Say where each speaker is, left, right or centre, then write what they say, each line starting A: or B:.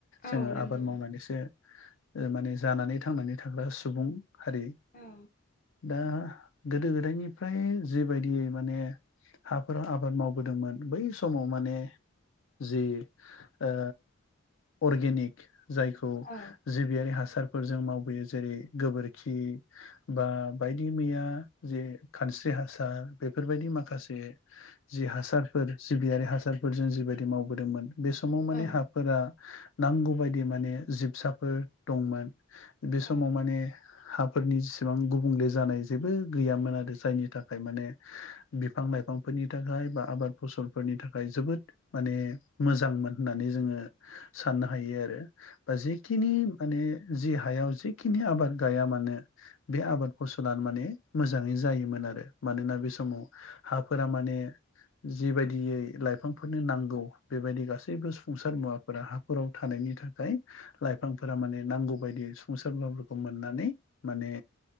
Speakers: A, on the left; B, on the left.
A: औ
B: जोङो
A: नंगौ
B: आबाद मावनानैसो ओ माने जानानै थांनानै थाग्रा सुबुं हारि
A: औ
B: दा गोदो गोदायनिफ्राय जिबायदियै माने हाफोराव आबाद मावबोदोंमोन बै समाव माने जि ओ अरगेनिक जायखौ
A: औ
B: जिबियारि हासारफोर जों मावबोयो जेरै गोबोरखि बा बायदि मैया जे खानस्रि हासार बेफोरबायदि माखासे जि हासारफोर जिबियारि हासारफोरजों जिबायदि मावबोदोंमोन बे समाव माने
A: औ
B: हाफोरा नांगौबायदि माने जिबसाफोर दंमोन बे
A: औ
B: समाव माने हाफोरनि जेसेबां गुबुंले जानाय जेबो गैयामोन आरो जायनि थाखाय माने बिफां लाइफांफोरनि थाखाय बा आबाद फसलफोरनि था खाय जोबोद माने मोजांमोन होननानै जोङो साननो हायो आरो बा जिखिनि माने जि हायाव जिखिनि आबाद गाया मानो बे आबाद फसलानो माने मोजाङै जायोमोन आरो मानोना बे समाव हाफोरा माने जिबायदियै लाइफांफोरनो नांगौ बेबायदि गासैबो सफुंसार मुवाफोरा हाफोराव थानायनि थाखाय लाइफांफोरा माने नांगौ बायदि संसारफोरखौ मोननानै माने